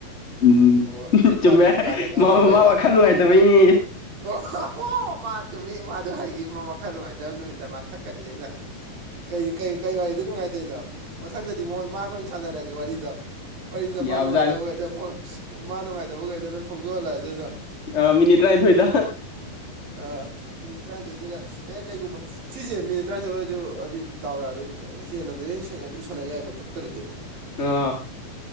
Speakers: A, on the left; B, on the right.
A: ꯎꯝ
B: ꯑꯣ ꯆꯤꯡ ꯀꯥꯕꯗꯤ
A: ꯆꯨꯝꯃꯦ
B: ꯗꯨꯀꯥꯟꯗ ꯀꯥꯟꯅꯕ
A: ꯃꯥ ꯃꯃꯥ
B: ꯑꯣꯏꯔꯦ
A: ꯋꯥꯈꯜ ꯅꯨꯡꯉꯥꯏꯇꯕꯩꯅꯦ
B: ꯑꯣ ꯍꯣ ꯃꯥ ꯇꯨꯝꯃꯤ ꯃꯥꯥꯗꯣ ꯍꯥꯏꯒꯤ ꯑꯃ ꯋꯥꯈꯜ ꯅꯨꯡꯉꯥꯏꯇꯕ ꯅꯨꯃꯤꯠꯇ ꯃꯥ ꯊꯛꯀꯅꯤꯅ ꯀ ꯀ ꯀꯩ ꯋꯥꯔꯤꯗ ꯅꯨꯡꯉꯥꯏꯇꯣꯏꯅꯣ ꯃꯊꯪꯗꯗꯤ ꯃꯉꯣꯟ ꯃꯥꯒ ꯑꯣꯏꯅ ꯁꯥꯟꯅꯔꯒꯦ ꯋꯥꯔꯤꯗ ꯑꯩꯗꯣ
A: ꯌꯥꯕꯖꯥꯠꯅꯤ
B: ꯃꯥ ꯅꯨꯡꯉꯥꯏꯇꯕꯈꯩꯗ ꯃꯥ ꯅꯨꯡꯉꯥꯏꯇꯕꯈꯩꯗ ꯂꯣꯏ ꯐꯣꯡꯗꯣꯛꯍꯜꯂꯛꯑ ꯑꯗꯨꯅꯣ
A: ꯑ ꯃꯤꯅꯤꯠ ꯇꯔꯥꯅꯤꯊꯣꯏꯗ
B: ꯑ ꯃꯤꯅꯠ ꯇꯔꯥꯅꯤꯊꯣꯏꯗꯤ ꯌꯥꯏ ꯑꯦ ꯀꯩꯒꯨꯝꯕ ꯁꯤꯁꯦ ꯃꯤꯅꯤꯠ ꯇꯔꯥꯅꯤꯊꯣꯏꯁꯨ ꯑꯗꯨ꫰ꯍꯥꯏꯗꯤ ꯗꯥꯎ ꯌꯥꯔꯗꯤ ꯍꯦꯟꯅ ꯑꯗꯨꯝ ꯁꯥꯟꯅ ꯌꯥꯏꯕ ꯀꯛꯇꯔꯗꯤ
A: ꯑ